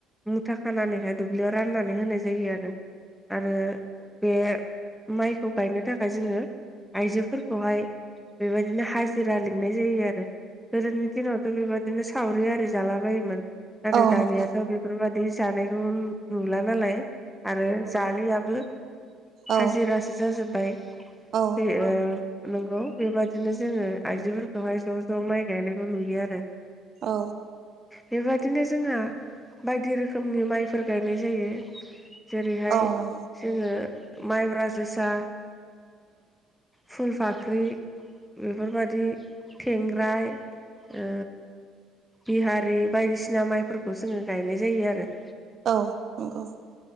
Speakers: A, in the centre; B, on the right.
A: मुथा खानानैहाय दुब्लियाव राननानै होनाय जायो आरो। आरो बे माइखौ गायनो थाखाय जोङो आइजोफोर। खौहाय बेबायदिनो हाजिरा लिंनाय जायो आरो। गोदोनि दिनावथ बेबादिनो सावरि आरि जाला बायोमोन नाथाय
B: औ
A: दानियाथ
B: नंगौ
A: बे बेफोरबायदि जानायखौ नुला नालाय आरो जालियाबो।
B: औ
A: हाजिरासो जाजोब्बाय।
B: औ
A: ए ओ नंगौ बेबादिनो जोङो आइजोफोरखौहाय ज ज माइ गायनायखौ नुयो आरो।
B: औ
A: बेबायदिनो जोंहा बायदि रोखोमनि माइफोर गायनाय जायो। जेरैहाय
B: औ नंगौ
A: जोङो माइब्रा जोसा फुलफाख ख्रि बेफोरबायदि थेंग्राय ओ बिहारि बायदिसिना माइफोरखौ जोङो गायनाय जायो आरो।
B: औ नंगौ